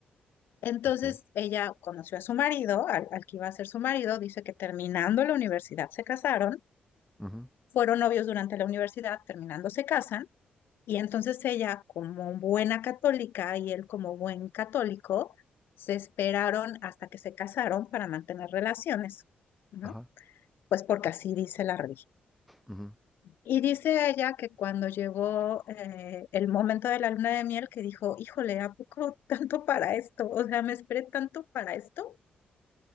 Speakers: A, on the left; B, in the centre.
A: Entonces,
B: ok.
A: ella conoció a su marido, al, al que iba a ser su marido, dice que terminando la universidad se casaron,
B: Ujú,
A: fueron novios durante la universidad, terminando se casan. Y entonces ella, como buena católica y él como buen católico, se esperaron hasta que se casaron para mantener relaciones, ¿no?
B: ajá,
A: Pues porque así dice la religión.
B: ujú,
A: Y dice ella que cuando llegó eh, el momento de la luna de miel, que dijo, híjole, ¿a poco <laughs> tanto para esto? O sea, me esperé tanto para esto.